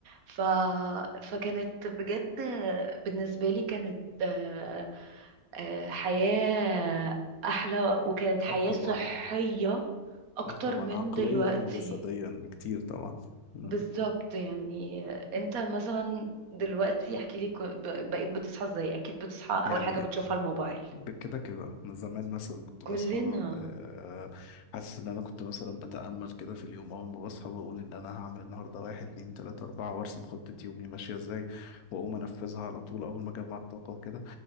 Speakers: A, on the right (about 75°); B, on the left (about 80°).
A: ف... فكانت بجد بالنسبة لي كانت آه، آه، حياة أحلى وكانت حياة
B: اه طبعا
A: صحية أكتر
B: اه طبعا
A: من
B: عقليا
A: دلوقتي
B: وجسديا بكتير طبعا مم.
A: بالظبط يعني أنت مثلا دلوقتي احكي لي ك- ب- بقيت بتصحى ازاي أكيد بتصحى
B: يعني
A: أول حاجة بتشوفها الموبايل
B: ده كده كده انا زمان مثلا كنت
A: كلنا
B: بصحى آه، حاسس ان انا كنت مثلا بتأمل كده في اليوم اول ما بصحى بقول ان انا هعمل النهارده واحد اتنين تلاتة اربعة وارسم خطة يومي ماشية ازاي واقوم انفذها على طول اول ما اجمع الطاقة وكده